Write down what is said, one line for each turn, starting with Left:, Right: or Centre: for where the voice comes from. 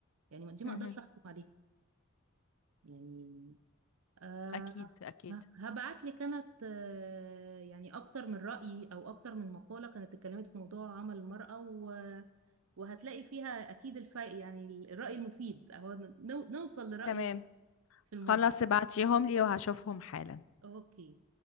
Right: يعني ما- دي ما
Left: مهم.
Right: اقدرش احكم عليها يعني آه
Left: أكيد أكيد
Right: هبعت لي كانت آه يعني اكتر من رأي او اكتر من مقالة كانت اتكلمت في موضوع عمل المرأة و وهتلاقي فيها اكيد الفائق يعني الرأي المفيد اهو نو- نوصل لرأيه
Left: تمام
Right: في الموضوع
Left: خلاص ابعتيهم لي وهشوفهم حالا
Right: اوكي